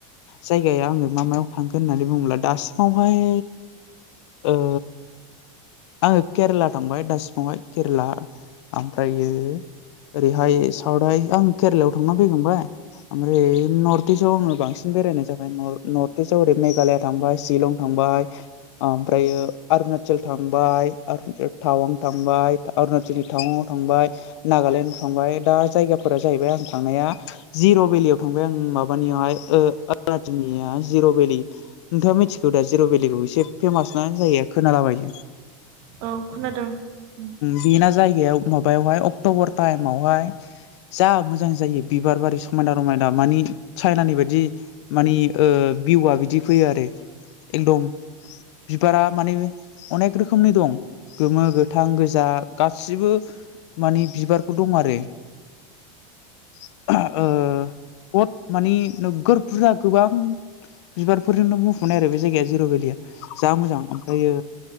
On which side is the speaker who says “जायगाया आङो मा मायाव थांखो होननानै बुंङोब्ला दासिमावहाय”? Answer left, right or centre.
Left